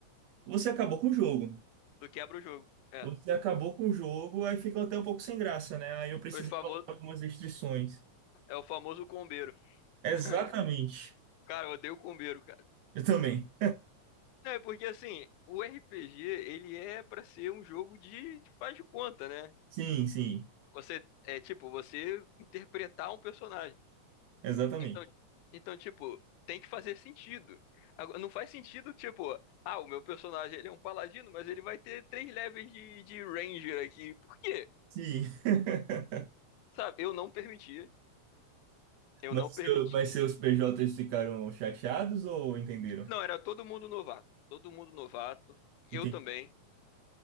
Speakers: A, on the right; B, on the left.
A: você acabou com o jogo.
B: Tu quebra o jogo. É,
A: Você acabou com o jogo, aí fica até um pouco sem graça, né? Aí eu precisei
B: o famoso,
A: colocar algumas restrições.
B: é o famoso combeiro.
A: Exatamente.
B: <laughs> Cara, eu odeio combeiro,
A: Eu também.
B: Não, é porque assim, o RPG, ele é pra ser um jogo de de faz de conta, né?
A: Sim, sim.
B: Você é tipo, você interpretar um personagem.
A: Exatamente.
B: Então, então tipo, tem que fazer sentido. Agora, não faz sentido, tipo, ah, o meu personagem ele é um paladino, mas ele vai ter três levels de, de ranger aqui. Por quê?
A: Sim. <laughs>
B: Sabe, eu não permitia, eu
A: Mas,
B: não permiti.
A: seu- mas seus PJs ficaram chateados ou entenderam?
B: Não, era todo mundo novato, todo mundo novato,
A: Entendi.
B: eu também,